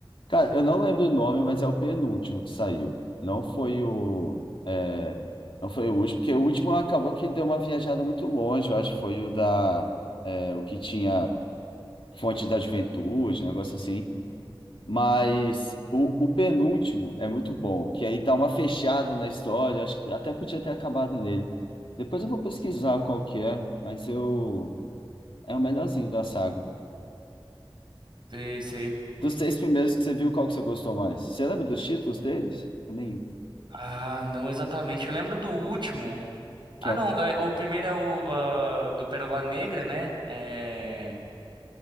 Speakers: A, on the left (about 75°); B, on the right (about 60°).
A: Cara, eu não lembro o nome, mas é o penúltimo que saiu. Não foi o. é, não foi o último, porque o último acabou que deu uma viajada muito longe, eu acho que foi o da. é, o que tinha Fonte da Juventude, um negócio assim. Mas o, o penúltimo é muito bom, que aí dá uma fechada na história, acho que até podia ter acabado nele. Depois eu vou pesquisar qual que é, mas eu. É o melhorzinho da saga.
B: Sei, sei.
A: Dos três primeiros que você viu, qual que você gostou mais? Você lembra dos títulos deles? Eu também.
B: Ah, não exatamente. Eu lembro do último.
A: Que
B: Ah,
A: é,
B: não,
A: o-
B: é, o primeiro é o ah, do Pérola Negra, né? É,